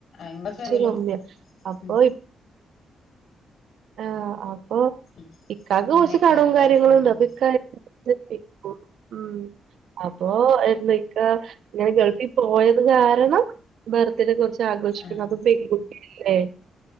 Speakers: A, on the left (about 65°); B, on the right (about 75°).
A: ഇങ്ങളെ ഫാമിലി
B: ചെ കമ്മിയ അപ്പൊ
A: ഉം
B: ആ അപ്പൊ
A: ഉം
B: ഇക്കാക്ക്
A: അങ്ങനെക്കാരല്ലേ
B: കൊച്ച് കടോം കാര്യങ്ങളുംണ്ട്
A: ഉം ഉം
B: അപ്പൊ ഇക്ക നിർത്തി ഉ ഉം അപ്പൊ എന്തക്കാ ങ്ങനെ ഗൾഫി പോയത് കാരണം ബെർത്ത്ഡെ കുറച്ച് ആഘോഷിക്കണം
A: ആഹ്
B: അതും പെൺകുട്ടിയല്ലേ